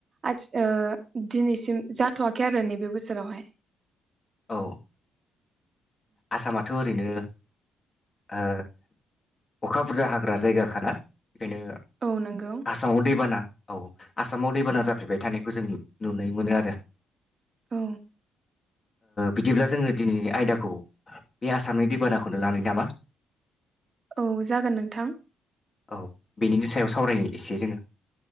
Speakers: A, on the right; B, on the left.
A: आथि ओ दिनैसिम जाथ'वाखै आरो नैबे बोसोरावहाय।
B: औ आसामाथ' ओरैनो ओ अखा बुरजा हाग्रा जायगाखाना? बेखायनो
A: औ नंगौ
B: आसामाव दैबाना औ आसामाव दैबाना जाफ्लेबाय थानायखौ जों नुनो मोनो आरो।
A: औ
B: बिदिब्ला जोङो दिनैनि आयदाखौ बे आसामनि दैबानाखौनो लानाय नामा?
A: औ जागोन नोंथां।
B: औ बेनिनि सायाव सावरायनो एसे जोङो।